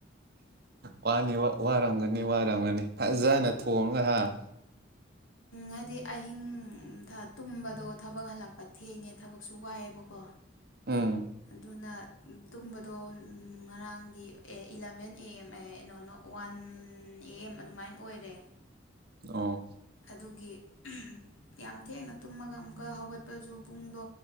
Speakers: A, on the right (about 50°); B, on the left (about 80°).
A: ꯋꯥꯅꯤ ꯋꯥꯔꯝꯒꯅꯤ ꯋꯥꯔꯝꯒꯅꯤ ꯐꯖꯅ ꯊꯣꯡꯉꯒ ꯍꯥꯥ
B: ꯍꯥꯏꯗꯤ ꯑꯍꯤꯡ ꯇꯨꯝꯕꯗꯣ ꯊꯕꯛ ꯍꯜꯂꯛꯄ ꯊꯦꯡꯉꯦ ꯊꯕꯛꯁꯨ ꯋꯥꯏꯑꯦ ꯕꯀꯣ
A: ꯎꯝ
B: ꯑꯗꯨꯅ ꯇꯨꯝꯕꯗꯣ ꯉꯔꯥꯡꯒꯤ ꯑꯦ ꯏꯂꯕꯦꯟ ꯑꯦ ꯑꯦꯝ ꯑꯦ ꯅꯣꯅ ꯋꯥꯟ ꯑꯦ ꯑꯦꯝ ꯑꯗꯨꯃꯥꯏꯅ ꯑꯣꯏꯔꯦ
A: ꯑꯣ
B: ꯑꯗꯨꯒꯤ ꯌꯥꯝ ꯊꯦꯡꯅ ꯇꯨꯝꯃꯒ ꯑꯃꯨꯛꯀ ꯍꯧꯒꯠꯄꯁꯨ ꯄꯨꯡꯗꯣ